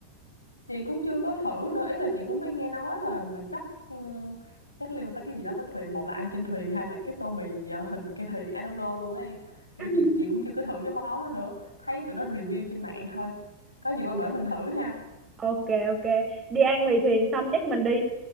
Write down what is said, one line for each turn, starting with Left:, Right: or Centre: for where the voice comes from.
Left: chị cũng chưa có thử nữa ý là chị cũng mới nghe nói thôi mà chắc ừm, chắc liên quan tới cái gì đó tới thuyền một là ăn trên thuyền hay là cái tô mì ờ, hình cây thuyền I don't know luôn á em kiểu
Right: <laughs>
Left: chị chị cũng chưa có thử cái món đó nữa thấy tụi nó review trên mạng thôi có gì qua bển mình thử ha
Right: ok ok đi ăn mì thuyền xong chắc mình đi